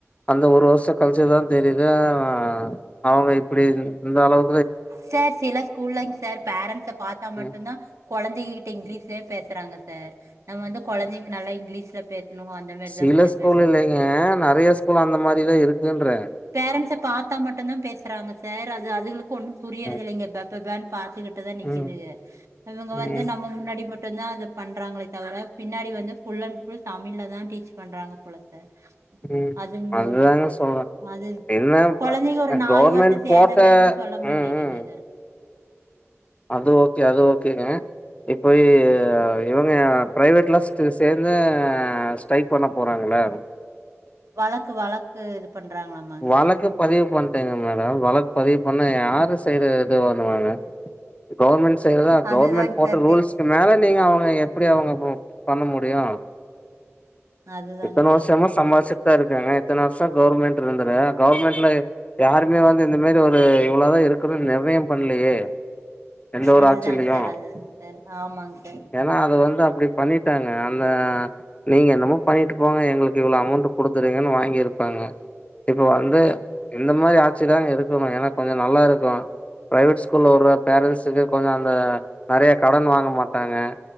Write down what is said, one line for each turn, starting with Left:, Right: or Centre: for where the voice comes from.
Left: அந்த ஒரு வருஷோ கழிச்சு தா தெரியிது ஆ அவுங்க இப்படி இந் இந்தளவு
Right: சார் சில ஸ்கூல்லங் சார் பேரன்ஸ பாத்தா மட்டுந்தா
Left: ம்
Right: கொழந்தைங்க கிட்ட இங்கிலீஷ்லே பே சுறாங்க சார் நம்ம வந்து கொழந்திங்க நல்லா இங்கிலீஸ்ல பேசணு அந்த மாரிதாங்
Left: சில
Right: சார்
Left: ஸ்கூல்
Right: விட்றோ
Left: இல்லைங்க நெறைய ஸ்கூல் அந்த மாரிதா இருக்குன்றே
Right: பேரண்ஸ பாத்தா மட்டுந்தா பேசுறாங்க சார் அது அதுகளுக் ஒண்ணு புரியறதில்லைங்க
Left: ம்
Right: பப்பப் பான் டு கிட்டுதா நிக்குதுக
Left: ம்
Right: இவங்க
Left: ம்
Right: வந்து நம்ம முன்னாடி மட்டுந்தா அத பண்றாங்களே தவிர பின்னாடி வந்து ஃபுல் அண் ஃபுல் தமிழ்ல தா டீச் பண்றாங்க போல சார்
Left: ம்
Right: அது ம்,
Left: அதுதாங்க சொல்ற
Right: அது
Left: என்ன ப
Right: கொழந்திங்க ஒரு நாலு
Left: கவர்மெண்ட்
Right: வார்த்த சேந்த
Left: போட்ட
Right: மாதிரி கூடி சொல்ல மாட்டேங்குதுக
Left: ம் ம் அது ஓகே அது ஓகேங்க இப்போய் இவங்க ப்ரைவேட்லா ச சேந்து ஸ்ட்ரைக் பண்ண போ றாங்களா
Right: வழக்கு வழக்கு இது பண்றாங்களாமாங்க
Left: வழக்கு
Right: சார்
Left: பதிவு பண் ணுங்க மேடம் வழக் பதிவு பண்ணா யாரு சைடு இது பண்ணுவாங்க கவ்ர்மெண் சைடு தா
Right: அதுதாங்க
Left: கவ்ர்மெண் போட்ட
Right: சார்
Left: ரூல்ஸ்க்கு
Right: தே-
Left: மேல நீங்க அவுங்க எப்புடி அவுங்க ப பண்ண முடியு
Right: அதுதாங்க
Left: இத்தனை
Right: சார்
Left: வர்ஷமா சம்பார்ச்சித் தா இருக்காங்க எத்தன வர்ஷோ கவுர்மெண்ட்டுருந்தத கவுர்மெண்ட்ல யாருமே வந்து இந்த மாரி ஒரு இவ்வளதா இருக்கிற்த நிர்ணயம் பண்ணலையே எந்த ஒரு
Right: அதுதாங்க
Left: ஆட்சிலியு
Right: சார் அதுதாங்க சார் ஆமாங்க சார்
Left: ஏன்னா அது வந்து அப்படி பண்ணிட்டாங்க அந்த நீங்க என்னமோ பண்ணிட்டு போங்க எங்களுக்கு இவ்வளோ அமௌண்டு குடுத்துருங்கன்னு வாங்கியிருப்பாங்க இப்போ வந்து இந்த மாரி ஆச்சிதாங்க இருக்குனு ஏனா கொஞ்ச நல்லாருக்கு ப்ரைவேட் ஸ்கூல்ல உற்ற பேரன்ஸுக்கு கொஞ்ச அந்த நெறய கடன் வாங்க மாட்டாங்க